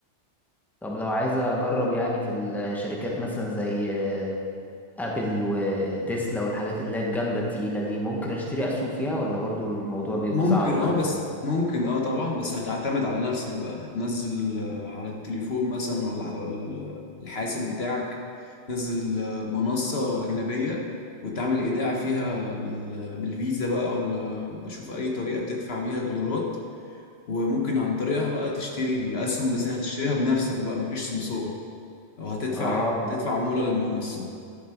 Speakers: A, in the centre; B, on the left.
A: طب لو عايز أجرب يعني في الشركات مثلا زي ابل وتسلا والحاجات اللي هي الجامدة التقيلة دي ممكن اشتري اسهم فيها ولا برضو الموضوع بيبقى
B: ممكن
A: صعب بقى
B: اه بس
A: لازم
B: ممكن اه طبعا بس هتعتمد على نفسك بقى هتنزل آه، على التليفون مثلا ولا على ال- الحاسب بتاعك تنزل آه، منصة أجنبية وتعمل إيداع فيها بال- بالفيزا بقى ولا بشوف أي طريقة تدفع بيها دولارات وممكن عن طريقها بقى تشتري الأسهم بس هتشتريها بنفسك بقى مفيش سمسار أو هتدفع
A: اه
B: هتدفع عمولة للمنصة